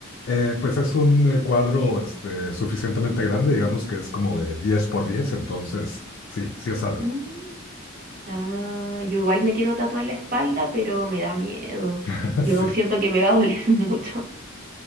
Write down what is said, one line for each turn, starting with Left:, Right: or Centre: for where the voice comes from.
Left: Eh, pues es un eh, cuadro este, suficientemente grande, digamos que es como de 10 por 10, entonces sí, sí es algo.
Right: Mm. Ah, yo igual me quiero tatuar la espalda, pero me da miedo.
Left: <laughs>
Right: Yo
Left: Sí.
Right: siento que me va a doler <laughs> mucho.